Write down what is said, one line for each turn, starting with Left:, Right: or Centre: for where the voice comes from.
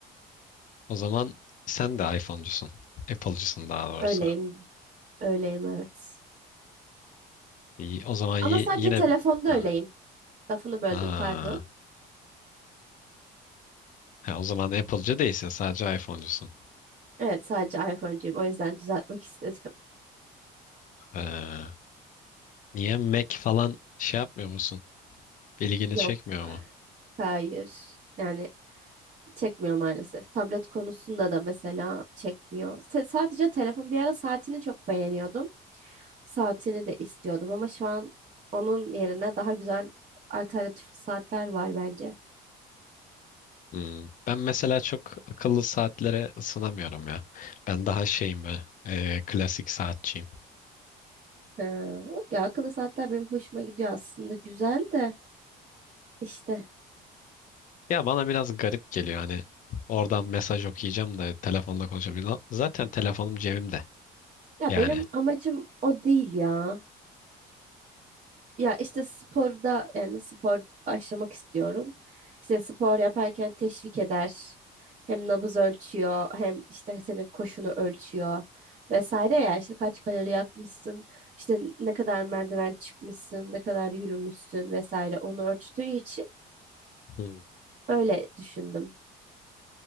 Left: O zaman sen de iPhone'cusun. Apple'cısın daha doğrusu.
Right: Öyleyim, öyleyim evet.
Left: İyi, o zaman yi-
Right: Ama sadece
Left: yine...
Right: telefonda
Left: bir- Ha.
Right: öyleyim. Lafını böldüm
Left: Ha.
Right: pardon.
Left: Ha, o zaman Apple'cı değilsin. Sadece iPhone'cusun.
Right: Evet sadece iPhone'cuyum o yüzden düzeltmek istedim.
Left: Ha. Niye Mac falan şey yapmıyor musun? İlgini
Right: <laughs> Yok
Left: çekmiyor mu?
Right: hayır yani çekmiyor maalesef. Tablet konusunda da mesela çekmiyor. Se- sadece telefon bir ara saatini çok beğeniyordum. Saatini de istiyordum ama şu an onun yerine daha güzel alternatif saatler var bence.
Left: Hmm. Ben mesela çok akıllı saatlere ısınamıyorum ya. Ben daha şeyim ben. e, klasik saatçiyim.
Right: Ha, yok ya akıllı saatler benim hoşuma gidiyor aslında güzel de işte
Left: Ya bana biraz garip geliyor hani. Oradan mesaj okuyacağım da telefonla konuşabileceğim. Zaten telefonum cebimde.
Right: ya
Left: Yani.
Right: benim amacım o değil ya. Ya işte sporda yani spor başlamak istiyorum. İşte spor yaparken teşvik eder. Hem nabız ölçüyor hem işte senin koşunu ölçüyor vesaire ya işte kaç kalori yakmışsın işte ne kadar merdiven çıkmışsın ne kadar yürümüşsün vesaire onu ölçtüğü için
Left: Hmm.
Right: öyle düşündüm.